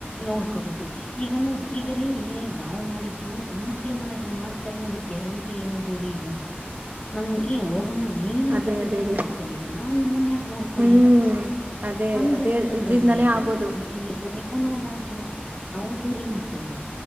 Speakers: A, on the left; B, on the right.
A: ನೋಡ್ಕೊಬೇಕ್ರಿ. ಈಗ ನೋಡ್ರಿ ಈಗ ರೀ ಈಗ ನಾವು ಮಾಡಿದ್ದು ನಮ್ಮ ಮಕ್ಳು ನಾಳೆ ಅದನ್ ಮಾಡ್ತಾರೆನದ ಗ್ಯಾರಂಟಿ ಟಿ ಏನಿದೇರಿ ಈಗ ನಾ ನೀನ್ ಈ ಹೋಗಮ್ಮ ನೀನೇ ನಿಮ್
B: ಅದೇ
A: ತಂದೆ
B: ಅದೇ
A: ತಾಯಿ
B: ರೀ
A: ನೋಡ್ಕೊಂಡಿಲ್ಲ ನಾನ್ ನಿಮ್ಮನ ಯಾಕ ನೋಡ್ಕೊಳ್ಳಿ.
B: ಹ್ಮ್ ಅದೇ
A: ಅಂದ್
B: ಅದೇ
A: ಬಿಡ್ತಾರಲ್ಲರಿ
B: ಇದ್ರಿಂದಾನೇ
A: ಈಗ
B: ಆಗೋದು
A: ನೀ <unintelligible> <unintelligible> ಹೌದು ರಿ ಮತ್ ಇ